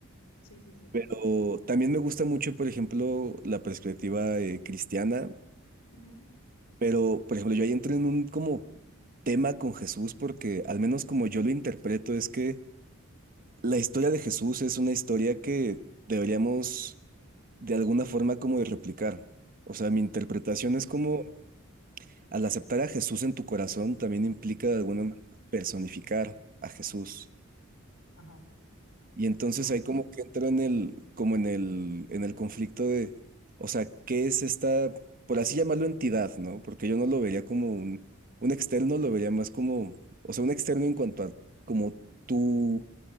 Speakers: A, on the left; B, on the right.
A: sí, sí, sí,
B: Pero también me gusta mucho, por ejemplo, la perspectiva eh, cristiana
A: ujú,
B: Pero, por ejemplo, yo ahí entro en un como tema con Jesús porque al menos como yo
A: sí,
B: lo interpreto es que la historia de Jesús es una historia que deberíamos de alguna forma como de replicar. O sea, mi interpretación
A: ujú,
B: es como al aceptar a Jesús en tu corazón también implica
A: sí,
B: de alguna manera personificar a Jesús.
A: ajá,
B: Y entonces
A: mm,
B: ahí como que entro en el, como en el, en el conflicto de, o sea, ¿qué es esta, por así llamarlo entidad, ¿no? Porque yo no lo vería como
A: sí,
B: un, un externo, lo vería más como, o sea, un externo en cuanto a como tú,